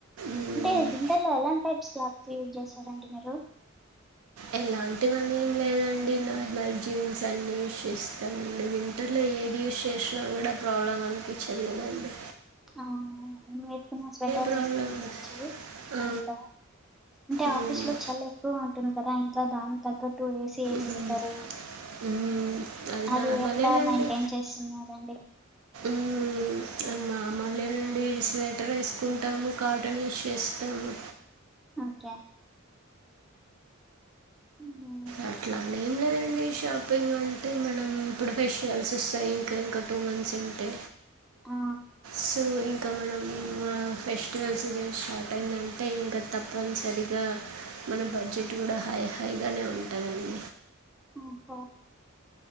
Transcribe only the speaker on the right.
మ్మ్.
ఎలాంటివన్నీ లేదండి నార్మల్ జీన్స్ అన్ని యూస్స్తామండి వింటర్లే ఏది యూస్ చేసిన కూడా ప్రాబ్లం అనిపించదు గదండి.
ప్రాబ్లం
ఆ,
మ్,
మ్, మ్,
నార్మలేనండి
మ్ మాములే అండి స్వెటర్ వేసుకుంటాము కాటన్ యుస్ చేస్తాము
అట్లాని ఏం లేదండి షాపింగ్ అంటే మనం ఇప్పుడు ఫెషియల్స్ వస్తాయి ఇంకా ఇంక టూ మంత్స్ ఉంటే
సో ఇంకా మనం ఫెస్టివల్ సీజన్ స్టార్ట్ అయిందంటే ఇంకా తప్పనిసరిగా మన బడ్జెట్ కూడా హై హైయిగానే ఉంటదండి